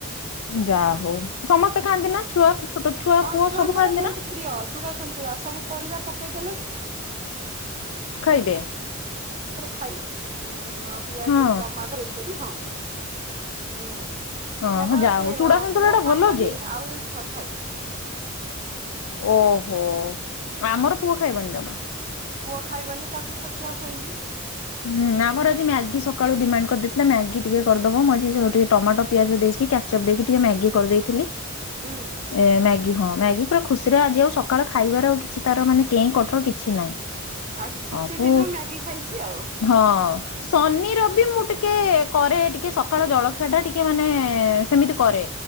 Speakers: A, on the left; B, on the right.
A: ଯା ହଉ ସମସ୍ତେ ଖାଆନ୍ତି ନା ଛୁଆ ଛୋଟ ଛୁଆ
B: ହଁ
A: ପୁଅ
B: ଛୁଆଙ୍କର
A: ସବୁ ଖାଆନ୍ତି
B: ବହୁତ
A: ନା
B: ପ୍ରିୟ ଚୁଡ଼ାସନ୍ତୁଳାା ସବୁ ପରିବା ପକେଇଦେଲେ
A: ଖାଇବେ
B: ଖାଇବା ପିଆଜ
A: ହଁ
B: ଟମାଟୋ ହେଇକ ହଁ ହଁ
A: ହଁ
B: କେବଳ
A: ହଁ ଯାହା
B: ସେ
A: ହଉ ଚୁଡା ସନ୍ତୁଳା
B: ପୁଅ
A: ଟା
B: ଖାଇବନି
A: ଭଲ ଯେ।
B: ଆଉ ଏଇ ଛୁଆ ଖାଇବନ
A: ଓହୋ ଆମର ପୁଅ ଖାଇବନି ଜମା
B: ପୁଅ ଖାଇବନି ତାକୁ ଛତୁଆ କହିଲି
A: ହୁଁ ଆମର ଆଜି ମ୍ୟାଗି ସକାଳୁ ଡିମାଣ୍ଡ କରିଦେଇଥିଲା ମ୍ୟାଗି ଟିକେ କରିଦବ ମୁଁ ଆଜିଠି ଟମାଟୋ ପିଆଜ ଦେଇକି ଚପ ଦେକି ଟିକେ ମ୍ୟାଗି କରିଦେଇଥିଲି ଏ
B: ହୁଁ
A: ମ୍ୟାଗି ହଁ ମ୍ୟାଗି ପୁରା ଖୁସିରେ ଆଜି ଆଉ ସକାଳେ ଖାଇବାର ଆଉ କିଛି ତାର ମାନେ କେହି କଟର କିଛି ନାହିଁ
B: ଆଜି ଛୁଟି
A: ହଁ ପୁ
B: ଦିନ ମ୍ୟାଗି ଖାଇଛି ଆଉ
A: ହଁ ଶନି ରବି ମୁଁ ଟିକେ କରେ ଟିକେ ସକାଳ ଜଳଖିଆ ଟା ଟିକେ ମାନେ ସେମିତି କରେ